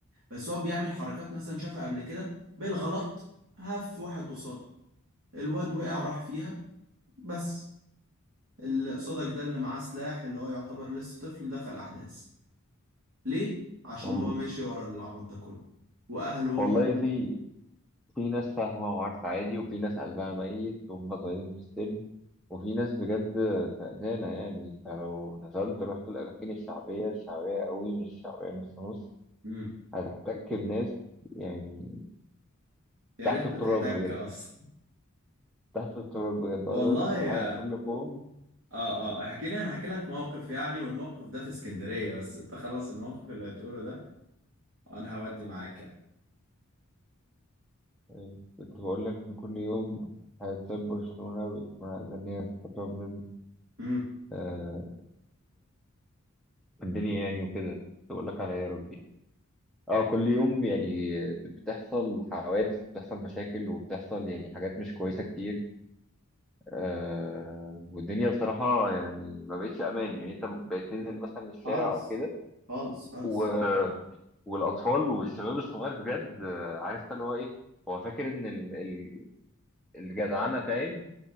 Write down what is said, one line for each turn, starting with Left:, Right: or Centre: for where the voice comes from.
Right: بس هو بيعمل حركات مثلا شافها قبل كده بالغلط هف واحد قصاده الواد وقع راح فيها بس اللي قصادك ده اللي معاه سلاح اللي هو يعتبر لسه طفل دخل احداث ليه؟ عشان
Centre: وال-
Right: هو ماشي ورا العبط ده كله واهله وامه
Centre: والله في في ناس فاهمة وعارفة عادي وفي ناس قلبها ميت وهم صغيرين في السن وفي ناس بجد فقدانة يعني انت لو نزلت رحت الأماكن الشعبية الشعبية قوي مش شعبية نص نص
Right: امم
Centre: هتحتك بناس يعني
Right: يا
Centre: تحت
Right: ريت
Centre: التراب
Right: ما تحتك
Centre: بجد
Right: اصلا
Centre: تحت التراب بجد
Right: والله
Centre: عايز أقول لك
Right: يا
Centre: على حاجة كل يوم
Right: اه اه احكي لي انا هحكي لك موقف يعني والموقف ده في اسكندرية بس انت خلص الموقف اللي هتقوله ده وانا هودي معاك يعني
Centre: يعني كنت بقول لك إن كل يوم هتساب برشلونة وبتكون عايزة إن هي تطلب من
Right: امم
Centre: آه في الدنيا يعني وكده تقول لك على إيه يا ربي اه كل يوم يعني بتحصل حوادث وبتحصل مشاكل وبتحصل يعني حاجات مش كويسة كتير آه والدنيا بصراحة يعني ما بقتش أمان يعني أنت بقيت تنزل مثلا الشارع
Right: خالص
Centre: أو كده
Right: خالص خالص
Centre: و... والأطفال والشباب الصغير بجد آه، عارف أنت اللي هو إيه هو فاكر إن ال... ال- الجدعنة فاهم